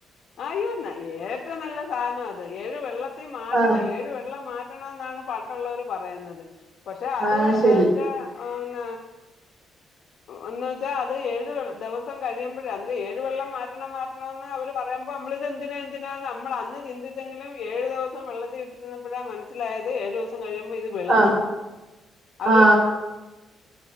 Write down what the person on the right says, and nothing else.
ആ
ആ ശരി
<inaudible>
ആ
ആ